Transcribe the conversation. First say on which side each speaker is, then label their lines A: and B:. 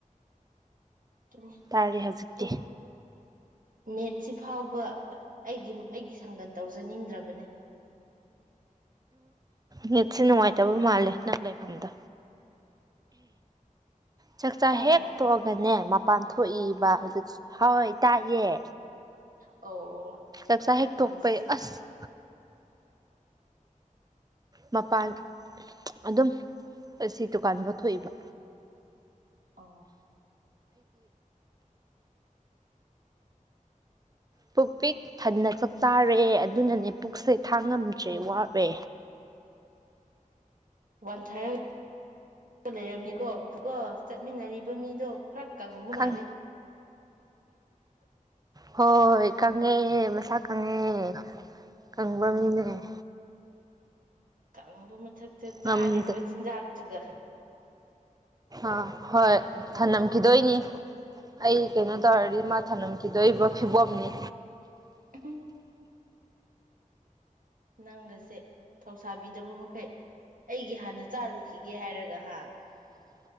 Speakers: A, on the right (about 75°); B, on the right (about 30°).
A: ꯑꯗꯨꯅꯤ
B: ꯇꯥꯔꯦ ꯍꯧꯖꯤꯛꯇꯤ
A: ꯇꯣ ꯅꯦꯠꯁꯤ ꯐꯥꯎꯕ ꯑꯩꯒꯤ ꯑꯩꯒꯤ ꯁꯪꯒꯟ ꯇꯧꯖꯅꯤꯡꯗ꯭ꯔꯕꯅꯦ
B: ꯅꯤꯠꯁꯦ ꯅꯨꯡꯉꯥꯏꯇꯕ ꯃꯥꯜꯂꯦ ꯅꯪ ꯂꯩꯐꯝꯗ ꯆꯥꯛꯆꯥ
A: ꯇꯥꯕ꯭ꯔꯥ
B: ꯍꯦꯛ ꯇꯣꯛꯑꯒꯅꯦ ꯃꯄꯥꯟ ꯊꯣꯛꯏꯕ
A: ꯎꯝ
B: ꯍꯧꯖꯤꯛꯁꯦ ꯍꯣꯏ ꯇꯥꯏꯑꯦ
A: ꯑꯣ
B: ꯆꯥꯛꯆꯥ
A: ꯃꯄꯥꯟꯁꯤ
B: ꯍꯦꯛꯛꯇꯣꯛꯄꯩ ꯑꯁ ꯃꯄꯥꯟ ꯑꯗꯨꯝ ꯑꯁꯤ ꯗꯨꯀꯥꯟ ꯂꯧꯊꯣꯛꯏꯕ
A: ꯑ
B: ꯄꯨꯛ ꯄꯤꯛ ꯊꯟꯅ ꯆꯥꯛ ꯆꯥꯔꯛꯑꯦ ꯑꯗꯨꯅꯅꯦ ꯄꯨꯛꯁꯦ ꯊꯥꯡꯉꯝꯅꯤ ꯎꯆꯦ ꯋꯥꯋꯦ
A: ꯋꯥꯟ ꯊꯥꯏꯔꯒ ꯂꯩꯔꯝꯅꯤꯀꯣ ꯄꯨꯀ ꯆꯠꯃꯤꯟꯅꯔꯤꯕ ꯃꯤꯗꯣ ꯈꯔ ꯀꯪꯕ
B: ꯈꯪ
A: ꯃꯥꯂꯦ ꯎ
B: ꯍꯣꯏ ꯀꯪꯉꯦ ꯃꯁꯥ ꯀꯪꯉꯦ ꯀꯪꯕ ꯃꯤꯅꯦ ꯑ
A: ꯀꯝꯕ ꯃꯆꯥ ꯆꯥꯔꯤꯕ
B: ꯉꯝꯗꯦ
A: ꯆꯤꯟꯖꯥꯛꯇꯨꯒ
B: ꯑ ꯍꯣꯏ ꯊꯝꯂꯝꯝꯈꯤꯗꯣꯏꯅꯤ ꯑꯩ ꯀꯩꯅꯣ ꯇꯧꯔꯗꯤ ꯃꯥ ꯊꯝꯈꯤ ꯀꯤꯗꯣꯔꯤꯕ ꯐꯤꯕꯣꯝꯅꯤ
A: ꯎꯝ ꯅꯪꯒꯁꯦ ꯊꯧꯁꯥꯕꯤꯗꯕ ꯃꯈꯩ ꯑꯩꯒꯤ ꯍꯥꯟꯅ ꯆꯥꯔꯨꯈꯤꯒꯦ ꯍꯥꯏꯔꯒ ꯍꯥ